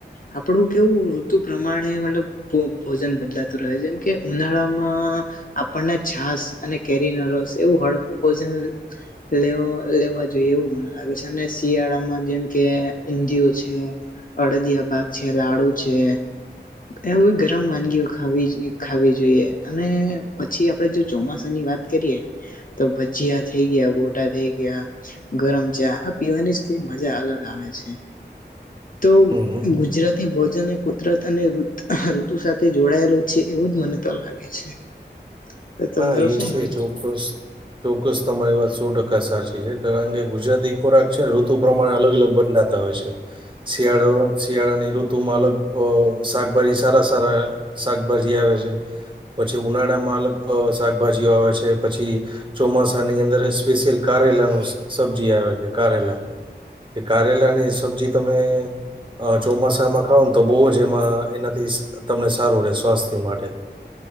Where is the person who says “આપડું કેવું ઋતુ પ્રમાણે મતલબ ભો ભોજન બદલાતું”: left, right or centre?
Left